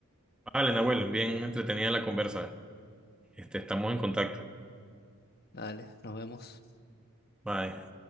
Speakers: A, in the centre; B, on the left.
A: Vale, Nahuel, bien entretenida la conversa. Este, estamos en contacto.
B: Dale, nos vemos.
A: Bye.